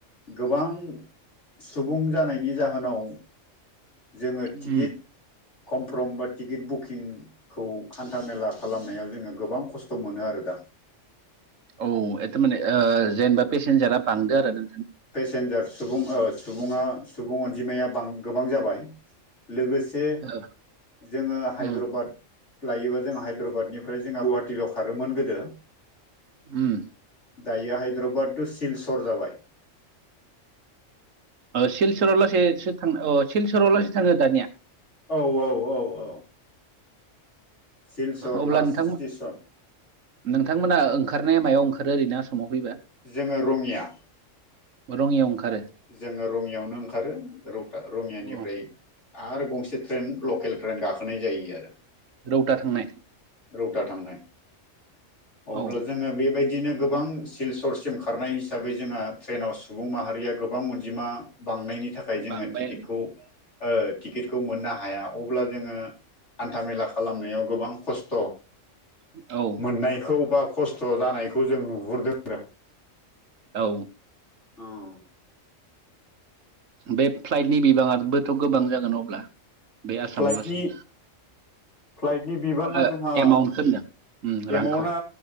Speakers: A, on the left (about 60°); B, on the right (about 75°).
A: गोबां सुबुं जानायनि जाहोनाव जोंङो
B: उम
A: टिकेट कमफ्रर्म बा टिकेट बुकिंखौ हान्था मेला खालामनायाव जोंङो गोबां खस्थ' मोनो आरो दा
B: औ ए थारमाने जेनेबा पेसेन्जारा बांदो आरो ना
A: पेसेन्जार सुबुं सुबुंङा सुबुं अनजिमाया गोबां जाबाय लोगोसे
B: ओ
A: जोंङो हायद्राबाद
B: उम
A: लायोबा जोंहा हायद्राबादनिफ्राय जोंहा गुवाहाटिल' खारोमोन गोदो
B: उम
A: दायो हायद्राबाद टु सिलसर जाबाय
B: सिलसराव लासे सो थां अ सिलसराव लासो थांङो दानिया
A: औ औ औ औ सिलसर
B: अब्ला
A: लास्ट
B: नोंथांमोन
A: स्टेसन
B: नोंथांमोना ओंखारनाया मायाव ओंखारो ओरैनो आसामाव फैबा
A: जोंङो रङिया
B: रङियाव ओंखारो
A: जोंङो रङिायावनो ओंखारो रौता रङियानिफ्राय
B: अ
A: आरो गंसे ट्रेन लकेल ट्रेन गाखोनाय जायो आरो
B: रौता थांनाय
A: रौता थांनाय अब्ला
B: औ
A: जोंङो बेबायदिनो गोबां सिलसरसिम खारनाय हिसाबै जोंहा ट्रेनाव सुबुं माहारिया गोबां अनजिमा बांनायनि थाखाय जोंङो
B: बांबाय
A: टिकेटखौ टिकेटखौ मोननो हाया अब्ला जोंङो हान्था मेला खालामनायाव गोबां खस्थ'
B: आरो औ
A: मोननायखौ बा खस्थ' जानायखौ जों नुहुरदों आरो
B: औ
A: औ
B: बे फ्लाइटनि बिबांङाबोथ गोबां जागोन अब्ला बे आसामाव
A: फ्लाइटनि
B: लासै
A: फ्लाइटनि बिबांङा
B: ओ
A: जोंहा
B: एमाउन्टखौ होनदों उम रांखौ
A: एमाउन्टआ